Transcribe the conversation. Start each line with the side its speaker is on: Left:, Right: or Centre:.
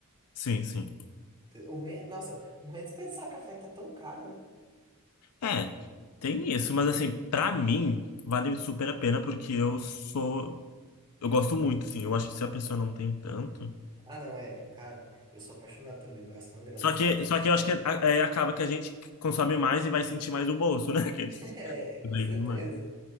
Left: sim, sim.
Right: O ruim é, nossa, o ruim é desperdiçar café que tá tão caro, né?
Left: É, tem isso, mas assim, pra mim, vale super a pena porque eu sou. Eu gosto muito, assim. Eu acho que se a pessoa não tem tanto.
Right: Ah, não, é, cara, eu sou apaixonado também, eu gasto uma grana
Left: Só que,
Right: com café.
Left: só que eu acho que é, é, acaba que a gente consome mais e vai sentir mais o bolso, né? <laughs> Aqueles.
Right: <laughs> É, com
Left: Leite
Right: certeza.
Left: do mãe.